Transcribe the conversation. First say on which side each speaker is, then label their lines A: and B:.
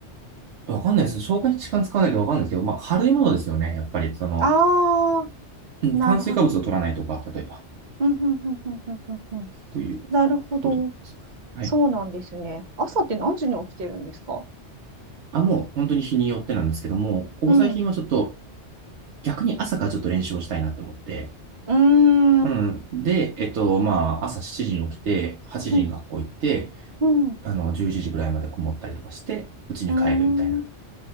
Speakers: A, on the right; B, on the right.
A: わかんないです。消化に時間使わないとわかんないですけど、まあ、軽いものですよね。やっぱり、その、
B: ああ、
A: うん、
B: なるほど。
A: 炭水化物を取らないとか、例えば、
B: うんうんうんうんうんうんうん。
A: そういう
B: なるほど。
A: ことなんです。はい。
B: そうなんですね。朝って何時に起きてるんですか
A: あ、もう本当に日によってなんですけども、ここ最近はちょっと、
B: うん。う
A: 逆に朝からちょっと練習をしたいなって思って、
B: ーん。
A: うん。で、えっと、まあ、朝7時に起きて、8時に学校行って、
B: うん。うん。う
A: あの、11時ぐらいまでこもったりとかして、うちに帰るみたいな。
B: ーん。